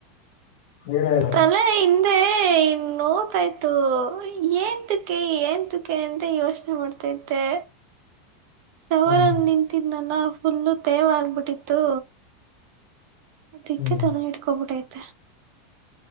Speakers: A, on the left (about 65°); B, on the right (about 55°).
A: ನೀವೇ ಹೇಳು
B: ತಲೆ ಹಿಂದೆ ಎ ಇನ್ ನೋಯುತ್ತಿತ್ತು ಏಂತುಕ್ಕೆ ಏಂತುಕ್ಕೆ ಅಂತ ಯೋಚನೆ ಮಾಡ್ತತೈತೆ ಶಾವರಾಂಗ್
A: ಹ್ಮ್
B: ನಿಂತಿದ್ನಲ್ಲ ಫುಲ್ ತೇವ್ ಆಗ್ಬುಟ್ಟಿತ್ತು ಅದಕ್ಕೆ
A: ಹ್ಮ್
B: ತಲೆ ಇಟ್ಕೊಂಡ್ಬಿಟ್ಟೈತೆ